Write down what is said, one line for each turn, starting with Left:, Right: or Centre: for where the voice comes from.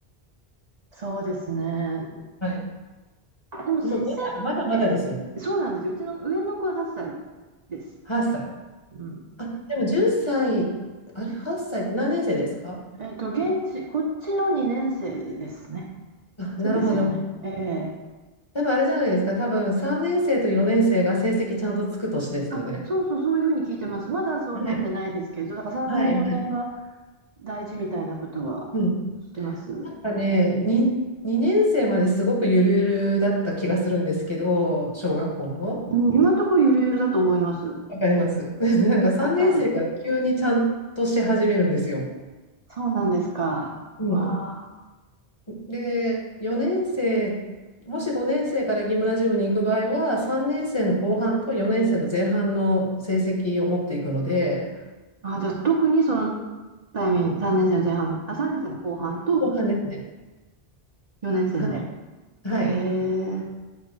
Right: そうですね。
Left: はい。
Right: でも推
Left: もうまだまだまだですよ。
Right: 薦、ええ、そうなんですよ。うちの上の子は8歳です。
Left: 8歳。
Right: うん。
Left: あ、でも10歳、あれ、8歳、何年生ですか
Right: えっと、現地、こっちの2年生ですね。
Left: あ、
Right: そうですよね。
Left: なるほど。
Right: ええ。
Left: 多分あれじゃないですか。多分3年生と4年生が成績ちゃんとつく年ですよね。
Right: あ、そうそう、そういうふうに聞いてます。まだそうなんじゃないですけど、
Left: はい。
Right: だから3年、
Left: はい、はい。
Right: 4年が大事みたいなことは
Left: うん。
Right: 聞いてます。
Left: なんかね、に2年生まですごくゆるゆるだった気がするんですけど、小学校の。
Right: うん、今のところゆるゆるだと思います。
Left: わかります。<laughs> なんか3年生から急にちゃんとし始めるんですよ。
Right: やっぱり。そうなんですか。
Left: うん、
Right: わあ。
Left: で、4年生、もし5年生からギムナジウムに行く場合は、3年生の後半と4年生の前半の成績を持っていくので、
Right: あ、じゃあ特にそのタイミング、3年生の前半、あ、3年生の後半と
Left: 後半ですね。
Right: 4年生の。
Left: はい。はい。
Right: へえ、